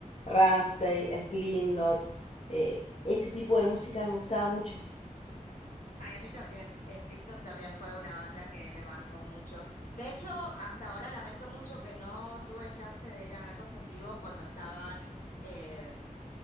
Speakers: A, on the left (about 45°); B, on the left (about 70°).
A: Rammstein, Slipknot, eh, ese tipo de música me gustaba mucho.
B: Ay, a mí también. Eh, Slipknot también fue una banda que me marcó mucho. De hecho, hasta ahora lamento mucho que no tuve chance de ir a verlos en vivo cuando estaban em,